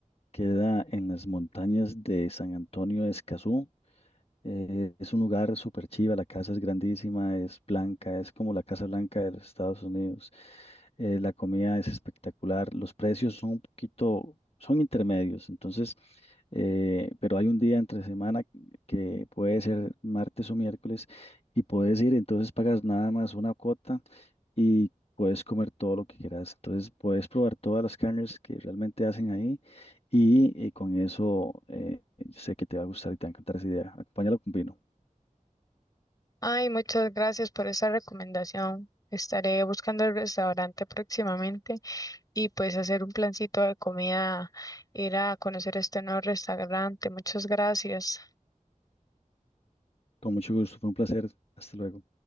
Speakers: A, on the left; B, on the left.
A: Queda en las montañas de San Antonio de Escazú. Eh, es un lugar súper chiva, la casa es grandísima, es blanca, es como la Casa Blanca de los Estados Unidos. Eh, la comida es espectacular, los precios son un poquito, son intermedios, entonces, eh, pero hay un día entre semana que puede ser martes o miércoles y puedes ir, entonces pagas nada más una cuota y puedes comer todo lo que quieras. Entonces puedes probar todas las carnes que realmente hacen ahí y eh, con eso eh, sé que te va a gustar y te va a encantar esa idea. Acompáñalo con vino.
B: Ay, muchas gracias por esa recomendación. Estaré buscando el restaurante próximamente y pues hacer un plancito de comida, ir a conocer este nuevo restaurante. Muchas gracias.
A: Con mucho gusto, fue un placer. Hasta luego.